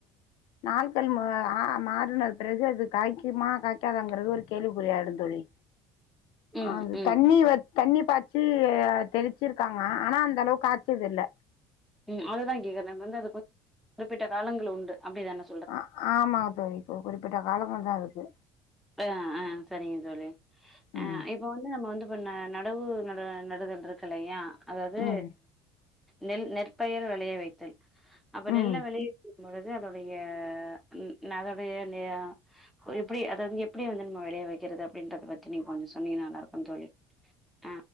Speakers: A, on the left (about 60°); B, in the centre.
A: நாள்கள் ம் ஆ மாறினது பெறகு அது காய்க்குமா காய்க்காதாங்கறது ஒரு கேள்விக்குறியாடுந் தோழி
B: ம்
A: அது
B: ம்
A: தண்ணி வச் தண்ணி பாய்ச்சு தெளிச்சிருக்காங்க ஆனா அந்த அளவுக்கு காச்சதில்ல
B: ம் அதுதா கேக்கர வந்து அது குறிப்பிட்ட காலங்கள் உண்டு அப்பிடிதான
A: ஆ ஆமா தோழி இப்போ குறிப்பிட்ட காலங்கள் தா அதுக்கு
B: ஆ ஆ சரிங்க தோழி அ
A: ம்
B: இப்ப வந்து நம்ம வந்து பண்ண நடவு நடுத நடுதல்ன்ட்ருக்கு இல்லையா அதாவது
A: ம்
B: நெல் நெற்பயர் வெளைய வைத்தல் அப்ப
A: ம்
B: நெல்ல வெளைய வ பொழுது அதோடைய <unintelligible> எப்பிடி அத் அத வந்து எப்பிடி வந்து நம்ம வெளைய வைக்கிறது அப்படின்றத பத்தி நீ கொஞ்சோ சொன்னிங்கனா நல்லாருக்கு தோழி ஆ